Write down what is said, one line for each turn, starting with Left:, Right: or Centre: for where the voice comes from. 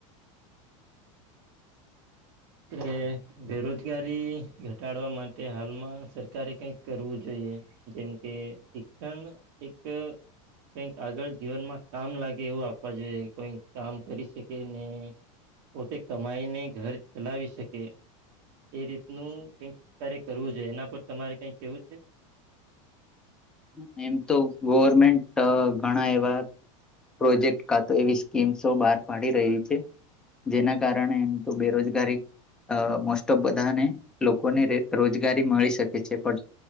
Right: એ બેરોજગારી ઘટાડવા માટે હાલમાં સરકારે કઈક કરવું જોઈએ જેમ કે શિક્ષણ એક કઈક આગળ જીવનમાં કામ લાગે એવું આપવા જોઈએ કોઈક કામ કરી શકે ને પોતે કમાઈને ઘર ચલાવી શકે એ રીતનું કઈક સરકારે કરવું જોઈએ એના પર તમારે કઈ કેવું છે?
Centre: દીધું એમ તો ગવર્મેન્ટ ઘણા એવા પ્રોજેક્ટ કા વતો એવી સ્કીમસો બહાર પાડી રહી છે. જેના કારણે એમ તો બેરોજગારી અ મોસ્ટ ઓફ બધાને લોકોને રોજગારી મળી શકે છે, પણ